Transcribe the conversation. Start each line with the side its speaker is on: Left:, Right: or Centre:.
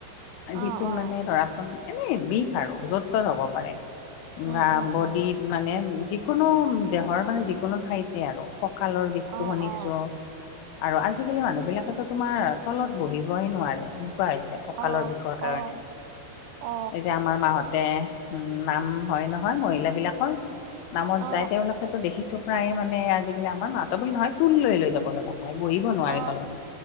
Left: যিটো
Right: অ অ
Left: মানে ধৰাচোন এনেই বিষ আৰু য'ত তত হ'ব পাৰে।
Right: উম
Left: বা
Right: উম
Left: বডিত
Right: উম
Left: মানে যিকোনো দেহৰ মানে যিকোনো ঠাইতে আৰু। কঁকালৰ বিষটো
Right: অ
Left: শুনিছোঁ।
Right: অ
Left: আৰু আজিকালি মানুহ বিলাকেতো তোমাৰ তলত বহিবই নোৱাৰে এনেকুৱা হৈছে। কালৰ
Right: অ
Left: বিষৰ কাৰণে,
Right: অ অ
Left: এই যে আমাৰ মাহঁতে। উম নাম হয় নহয় মহিলাবিলাকৰ নামত
Right: অ অ
Left: যায় তেওঁলোকে দেখিছো প্ৰায়ে মানে আজিকালি আমাৰ মাত বুলি নহয় তুল লৈ লৈ যাব লাগে। ভাই বহিব নোৱাৰে
Right: অ
Left: তলত,